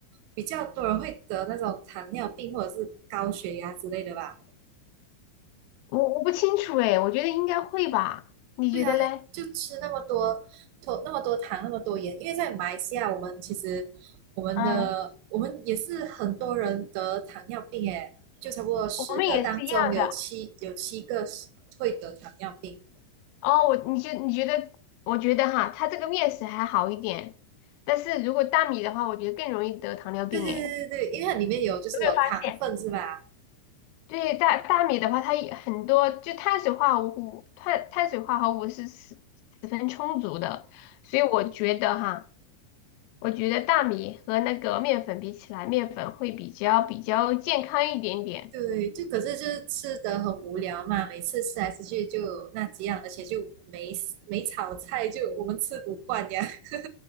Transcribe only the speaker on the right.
比较多人会得那种糖尿病或者是高血压之类的吧？
对啊，就就吃那么多多那么多糖那么多盐，因为在马来西亚我们其实我们的我们也是很多人得糖尿病诶，
就差不多十个当中有七有七个是会得糖尿病。
对对对对对，
因为它里面有就是有糖分是吧？
对，就可是就是吃的很无聊嘛，每次吃来吃去就那几样，而且就没没炒菜，就我们吃不惯呀。<laughs>